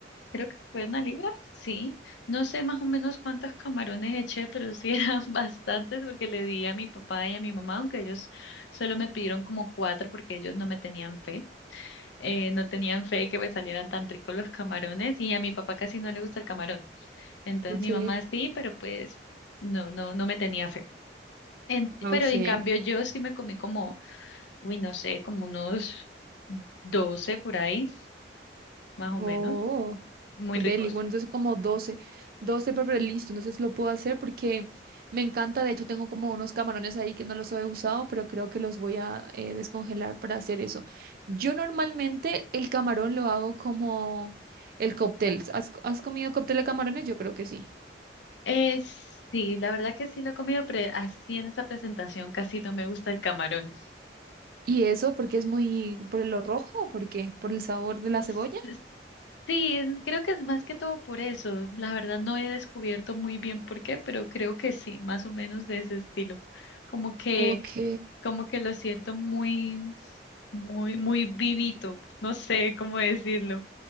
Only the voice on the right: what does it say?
Ok,
ok,
Oh,
oh,
deli, bueno, entonces como 12 12 pero listo, entonces lo puedo hacer porque me encanta, de hecho tengo como unos camarones ahí que no los he usado, pero creo que los voy a eh, descongelar para hacer eso. Yo normalmente el camarón lo hago como el cóctel. ¿Has, has comido cóctel de camarones? Yo creo que sí.
¿Y eso porque es muy por lo rojo o por qué? ¿Por el sabor de la
cebolla?
Ok.